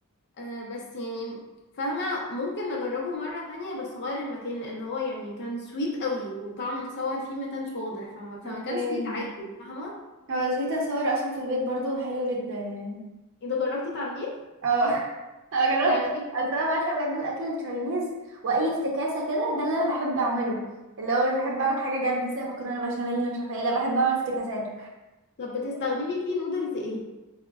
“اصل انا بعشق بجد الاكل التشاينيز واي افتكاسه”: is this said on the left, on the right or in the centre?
Right